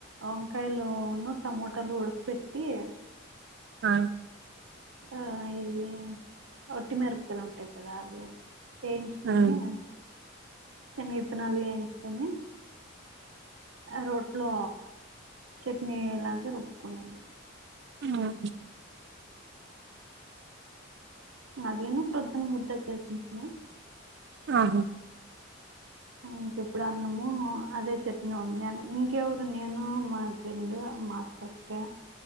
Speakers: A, on the right; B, on the right.
A: వంకాయలును టమోటాలు ఉడుక పెట్టి
B: అ
A: ఆ ఇవి ఒట్టిమిరపకాయలు ఉంటాయి కదా అవి వేయించుకొని
B: ఉమ్,
A: శనిగిత్తనాలు వేయించుకొని ఆ రోట్లో చట్నీ లాగ రుబ్బుకునేది
B: ఆహా
A: అదీన్ను ప్రొద్దున్న ముద్ద చేసింటీని
B: ఆహో
A: ఇంక ఇప్పుడు అన్నము అదే చట్నీ ఉంది అ ఇంకెవరు నేను మా హస్బెండ్ మా తోక్కే